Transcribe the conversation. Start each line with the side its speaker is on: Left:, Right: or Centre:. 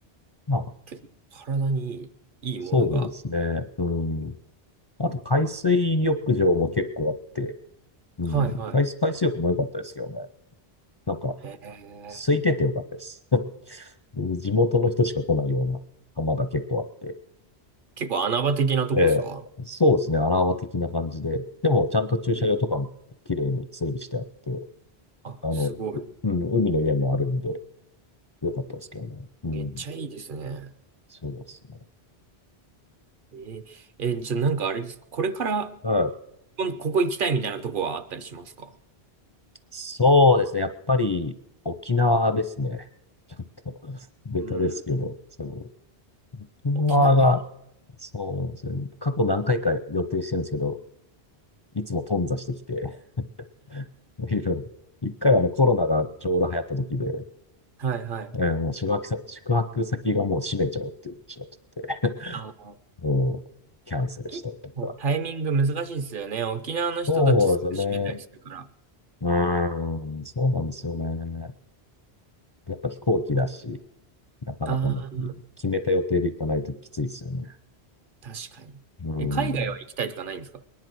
Left: まあ、
Right: 結構体にいい、いいものが。
Left: そうですね。うん。あと、海水浴場も結構あって、うん。
Right: はいはい。
Left: 海水、海水浴も良かったですけどね。なんか、
Right: へえ。
Left: 空いてて良かったです。<laughs> 地元の人しか来ないような浜が結構あって。
Right: 結構穴場的なとこですか
Left: ええ、そうですね、アラーマ的な感じで。でも、ちゃんと駐車場とか、
Right: え
Left: 綺麗に整理してあって、
Right: あ、
Left: あの、
Right: すごい。
Left: ううん、海の家もあるんで、よかったですけどね。うん、
Right: めっちゃいいですね。
Left: そうですね。
Right: えー、えーじゃあなんかあれですかこれから、
Left: うん、
Right: こんここ行きたいみたいなとこはあったりしますか
Left: そうですね、やっぱり、沖縄ですね。ちょっと、<laughs> ベタですけど、
Right: うん。
Left: その、沖縄が、
Right: 沖縄いい。
Left: そうなんですよ。過去何回か予定してるんですけど、いつも頓挫してきて、<laughs> いろいろ一回あのコロナがちょうど流行った時で、
Right: はいはい。
Left: えーもう宿泊先、宿泊先がもう閉めちゃうっていう話になっちゃって、
Right: あの、
Left: <laughs> もうキャンセルしたりとか。
Right: 結構タイミング難しいですよね。沖縄の人たちすぐ閉めたりするから。
Left: そうですよね。うーん、そうなんですよね。やっぱ飛行機だし、なかなかね、
Right: ああ、
Left: 決めた予定で行かないときついですよね。
Right: 確かに。
Left: うーん。
Right: え、海外は行きたいとかないんですか